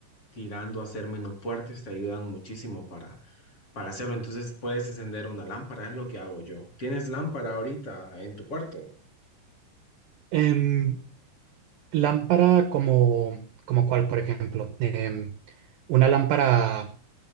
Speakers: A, on the left; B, on the right.
A: tirando a ser menos fuertes te ayudan muchísimo para, para hacerlo. Entonces puedes encender una lámpara, es lo que hago yo. ¿Tienes lámpara ahorita en tu cuarto?
B: Em, lámpara como, como cuál, por ejemplo. Em, una lámpara,